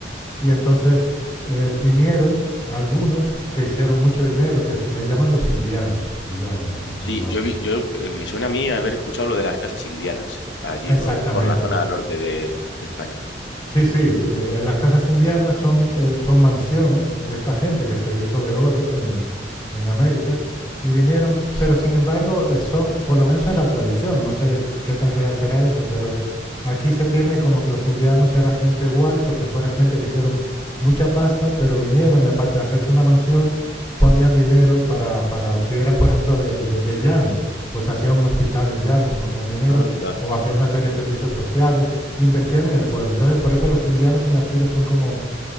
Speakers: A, on the left (about 25°); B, on the left (about 75°).
A: y entonces eh, vinieron algunos que hicieron mucho dinero, que se- le llaman los indianos, le llaman aquí, le
B: Sí,
A: llamamos.
B: yo vi, yo eh, me suena a mí haber escuchado lo de las casas indianas, allí
A: Exactamente,
B: po- por, la zona
A: le-
B: norte de, de España.
A: Sí, sí, eh, en las casas indianas son, eh, son mansiones de esta gente que se hizo de oro en, en América y vinieron, pero sin embargo, eh, son, por lo menos es la tradición, no sé qué tan real será eso, pero aquí se tiene como que los indianos era gente guay porque fuera gente que hicieron mucha pasta, pero vinieron y aparte de hacerse una mansión, ponían dinero para, para si eran por ejemplo de,
B: Mm.
A: de, de Llanes, pues hacían un hospital en Llanes como tenían dinero,
B: Anda,
A: o hacían una serie de servicios sociales invertían en el pueblo. Entonces, por eso los indianos en Asturias son como,